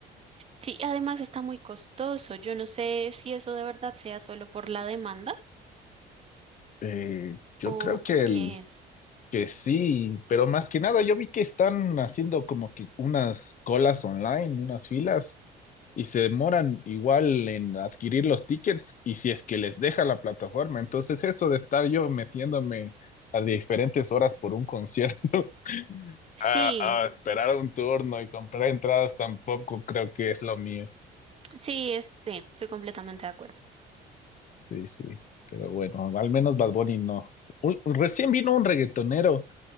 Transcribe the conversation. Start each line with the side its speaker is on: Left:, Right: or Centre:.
Right: Sí, además está muy costoso. Yo no sé si eso de verdad sea solo por la demanda
Left: Eh, yo
Right: o,
Left: creo que
Right: o qué
Left: el,
Right: es.
Left: que sí, pero más que nada yo vi que están haciendo como que unas colas online, unas filas, y se demoran igual en adquirir los tickets y si es que les deja la plataforma. Entonces eso de estar yo metiéndome a diferentes horas por un concierto, <laughs>
Right: Sí,
Left: a, a esperar un turno y comprar entradas tampoco creo que es lo mío.
Right: sí, es, sí, estoy completamente de acuerdo.
Left: Sí, sí, pero bueno, al menos Bad Bunny no. Un- recién vino un reggaetonero